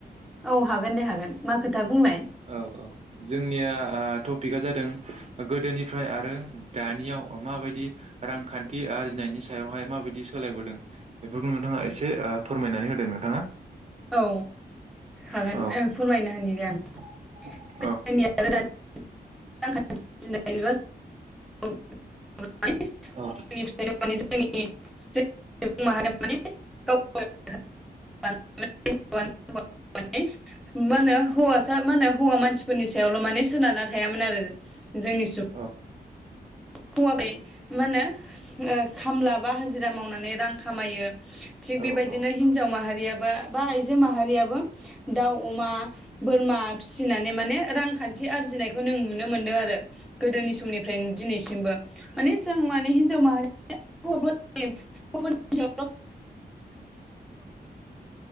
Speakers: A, in the centre; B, on the right.
A: औ हागोन दे हागोन मा खोथा बुंलाय?
B: औ औ जों निया आ टपिकआ जादों गोदोनिफ्राय आरो दानियाव माबायदि रांखान्थि आरजिनायनि सायावहाय माबायदि सोलायबोदों बेफोरखौ नोंथाङा एसे ओ फोरमायनानै होदो नोंथाङा।
A: औ हागोन
B: औ
A: ओ फोरमायना होनि दे आं
B: <inaudible>
A: गोदनि आरो दानि <unintelligible> <unintelligible> जोंनि
B: औ
A: <unintelligible> सुबुं माहारिया माने <unintelligible> <unintelligible> मा होनो हौवासा मा होनो हौवा मानसिफोरनि सायावल' माने सोनारना थायामोन आरो। जोंनि सुबुं
B: औ
A: हौवाबे मा होनो ओ खामला बा हाजिरा मावनानै रां खामायो। थिग
B: औ
A: बेबायदिनो
B: औ
A: हिनजाव माहारियाबो बा आइजो माहारियाबो दाउ, अमा, बोरमा फिसिनानै माने रांखान्थि आरजिनायखौ नों नुनो मोनदों आरो गोदोनि समनिफ्रायनो दिनैसि सिमबो माने जों माने हिनजाव माहारि <unintelligible> हौवाफोरनि